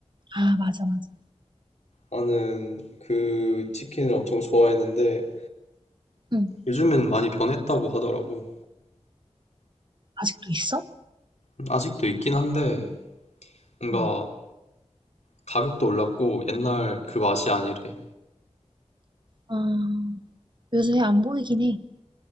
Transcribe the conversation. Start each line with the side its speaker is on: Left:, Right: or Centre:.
Right: 아, 맞아, 맞아.
Left: 나는 그 치킨을 엄청 좋아했는데
Right: 응.
Left: 요즘엔 많이 변했다고 하더라고.
Right: 아직도 있어?
Left: 음, 아직도 있긴 한데 뭔가
Right: 응.
Left: 가격도 올랐고 옛날 그 맛이 아니래.
Right: 아. 요새 안 보이긴 해.